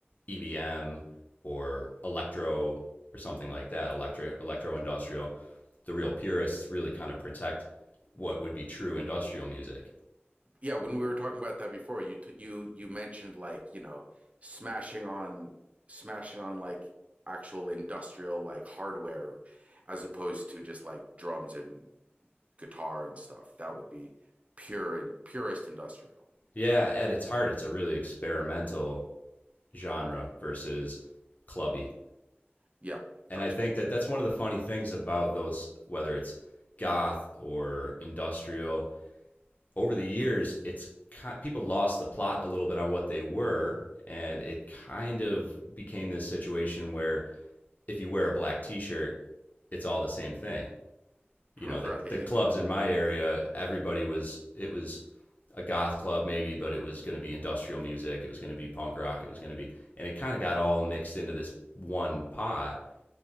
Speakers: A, on the left (about 40°); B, on the right (about 35°).
A: EBM or electro or something like that, electro electro industrial. The real purists really kind of protect what would be true industrial music.
B: yeah, when we were talking about that before, you t- you you mentioned like you know smashing on smashing on like actual industrial like hardware as opposed to just like drums and guitar and stuff. That would be pure and purest industrial.
A: Yeah, at its heart, it's a really experimental genre versus clubby
B: Yeah,
A: and
B: gotcha.
A: I think that that's one of the funny things about those, whether it's goth or industrial. Over the years, it's people lost the plot a little bit on what they were, and it kind of became this situation where if you wear a black T-shirt, it's all the same thing. You
B: <laughs>
A: know,
B: Right.
A: the the clubs in my area, everybody was it was a goth club maybe, but it was going to be industrial music, it was going to be punk rock, it was going to be, and it kind of got all mixed into this one pot